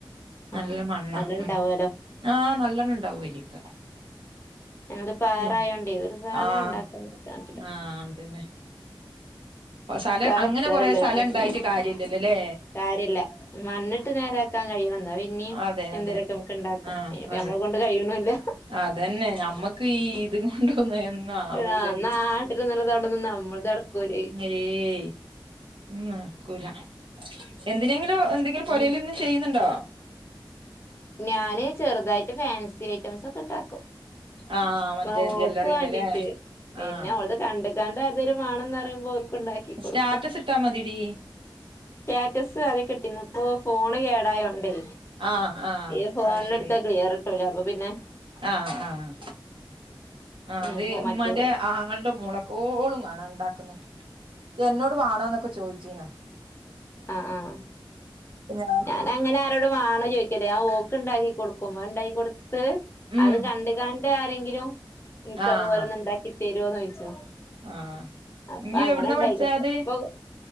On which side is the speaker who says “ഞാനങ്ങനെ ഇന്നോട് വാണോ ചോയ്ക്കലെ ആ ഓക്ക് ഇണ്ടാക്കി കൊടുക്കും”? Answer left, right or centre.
Left